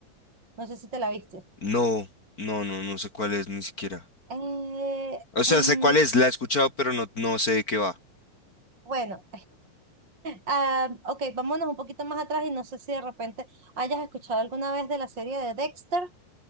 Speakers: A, on the right; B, on the left.
A: no sé si te la viste.
B: No, no, no, no sé cuál es ni siquiera.
A: Eh,
B: O sea,
A: mm,
B: sé cuál es, la he escuchado, pero no, no sé de qué va.
A: bueno, ah, ok, vámonos un poquito más atrás y no sé si de repente hayas escuchado alguna vez de la serie de Dexter